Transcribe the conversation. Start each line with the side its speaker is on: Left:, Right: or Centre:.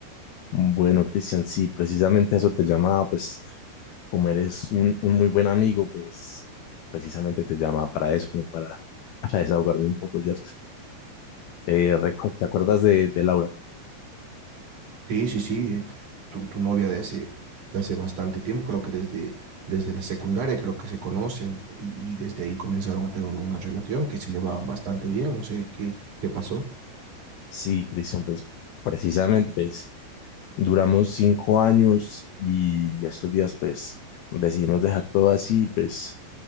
Left: Bueno, Cristian, sí, precisamente a eso te llamaba, pues como eres un, un muy buen amigo, pues precisamente te llamaba para eso, como para, <laughs> para desahogarme un poco, ¿cierto? Eh, recu- ¿te acuerdas de, de Laura?
Right: Sí, sí, sí, eh, tu, tu novia de hace, de hace bastante tiempo, creo que desde, desde la secundaria creo que se conocen y, y desde ahí comenzaron a tener una relación que se llevaba bastante bien, no sé qué, qué pasó.
Left: Sí, Cristian, pues precisamente, pues duramos cinco años y estos días, pues decidimos dejar todo así, pues